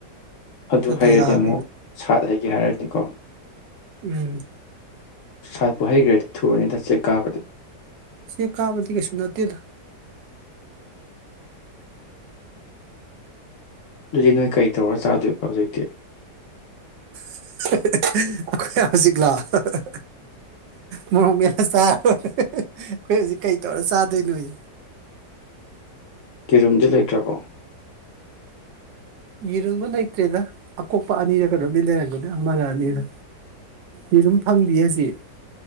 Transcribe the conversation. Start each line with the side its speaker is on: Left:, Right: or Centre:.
Right: ꯅꯠꯇ꯭ꯔꯗꯤ
Left: ꯑꯗꯨ ꯍꯩꯔꯗꯤ
Right: ꯌꯥꯔꯣꯏꯅ
Left: ꯑꯃꯨꯛ ꯁꯥꯠ ꯍꯩꯏꯒꯦ ꯍꯥꯏꯔꯅꯤꯀꯣ
Right: ꯎꯝ
Left: ꯁꯥꯠꯄꯨ ꯍꯩꯒ꯭ꯔꯗꯤ ꯊꯨꯔꯅꯤꯗ ꯆꯦꯛ ꯀꯥꯕꯗꯤ
Right: ꯆꯦꯛ ꯀꯥꯕꯗꯤ ꯀꯩꯁꯨ ꯅꯠꯇꯦꯗ
Left: ꯑꯗꯨꯗꯤ ꯅꯣꯏ ꯀꯩ ꯇꯧꯔ ꯆꯥꯗꯣꯏꯕ ꯍꯧꯖꯤꯛꯇꯤ
Right: ꯑꯩꯈꯣꯏ ꯍꯧꯖꯤꯛ ꯂꯣ ꯍꯥꯍꯥꯍꯥ ꯃꯣꯔꯣꯛ ꯃꯦꯠꯄ ꯆꯥꯔ ꯂꯣꯏꯔꯦ ꯍꯤꯍꯤꯍꯤ ꯑꯩꯈꯣꯏ ꯍꯧꯖꯤꯛ ꯀꯩ ꯇꯧꯔ ꯆꯥꯗꯣꯏꯅꯣ ꯌꯦ
Left: ꯀꯤꯔꯨꯝꯗꯤ ꯂꯩꯇ꯭ꯔꯕꯣ
Right: ꯌꯦꯔꯨꯝꯒ ꯂꯩꯇ꯭ꯔꯦꯗ ꯑꯀꯣꯛꯄ ꯑꯅꯤꯔ ꯀꯩꯅꯣꯝꯗꯤ ꯂꯩꯔꯝꯒꯅꯤ ꯑꯃꯔ- ꯑꯅꯤꯔ ꯌꯦꯔꯨꯝ ꯐꯪꯗꯤꯌꯦ ꯍꯧꯖꯤꯛ